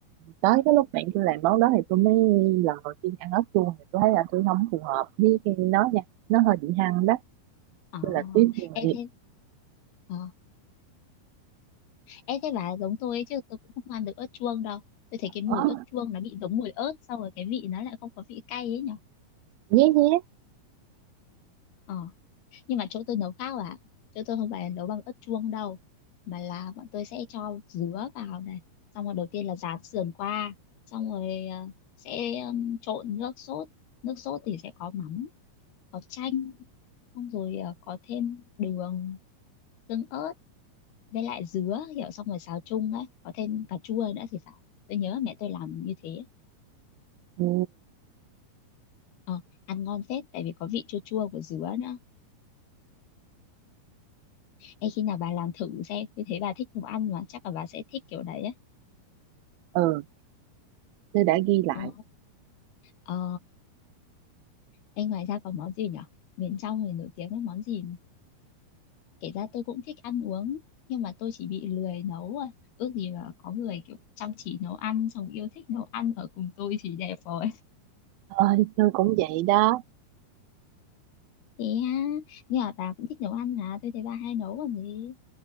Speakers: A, on the right; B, on the left.
A: tới cái lúc bạn tôi làm món đó thì tôi mới lần đầu tiên ăn ốc chuông thì tôi thấy là tôi không phù hợp với cái nó nha nó hơi bị hăng đó
B: Ờ,
A: tôi là tuyết người
B: em thế ờ, em thế bà giống tôi ấy, chứ tôi cũng không ăn được ớt chuông đâu. Tôi thấy cái mùi
A: Ờ,
B: ớt chuông nó bị giống mùi ớt, xong rồi cái vị nó lại không có vị cay ấy nhở.
A: nhé nhé
B: Ờ, nhưng mà chỗ tôi nấu khác à, chỗ tôi không phải là nấu bằng ớt chuông đâu, mà là bọn tôi sẽ cho dứa vào này, xong rồi đầu tiên là rán sườn qua, xong rồi ờ, sẽ ừm, trộn nước sốt, nước sốt thì sẽ có mắm, có chanh, xong rồi ờ, có thêm đường, tương ớt. với lại dứa kiểu xong rồi xào chung ấy có thêm cà chua nữa thì phải tôi nhớ mẹ tôi làm như thế
A: ừ,
B: ờ, ăn ngon phết tại vì có vị chua chua của dứa nữa Ê, khi nào bà làm thử xem tôi thấy bà thích nấu ăn mà chắc là bà sẽ thích kiểu đấy ấy
A: ừ tôi đã ghi lại
B: ờ, ờ. Ê, ngoài ra còn món gì nhở miền trong thì nổi tiếng với món gì kể ra tôi cũng thích ăn uống nhưng mà tôi chỉ bị lười nấu rồi ước gì mà có người kiểu chăm chỉ nấu ăn xong yêu thích nấu ăn ở cùng tôi thì đẹp rồi
A: ờ, thì tôi cũng vậy đó
B: thế ha nhưng mà bà cũng thích nấu ăn mà tôi thấy bà hay nấu còn gì